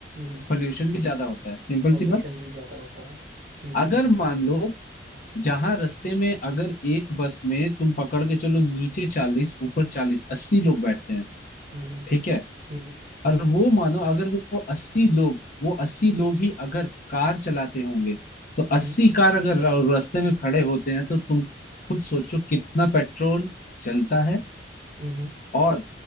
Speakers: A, on the right (about 50°); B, on the left (about 45°).
A: हम्म
B: पोल्यूशन भी ज्यादा होता है सिंपल
A: पॉल्यूशन
B: सी बात
A: भी ज़्यादा होता है हम्म
B: अगर
A: हम्म
B: मान लो जहां रास्ते में अगर एक बस में तुम पकड़ के चलो नीचे चालीस ऊपर चालीस अस्सी लोग बैठते हैं
A: हम्म हम्म
B: ठीक है
A: हम्म
B: और वो मानो अगर वो, वो अस्सी लोग वो अस्सी लोग ही अगर कार चलाते होंगे तो
A: हम्म
B: अस्सी
A: हम्म हम्म
B: कार अगर र- रास्ते में खड़े होते हैं तो तुम खुद सोचो कितना पेट्रोल जलता है
A: हम्म, हम्म,
B: और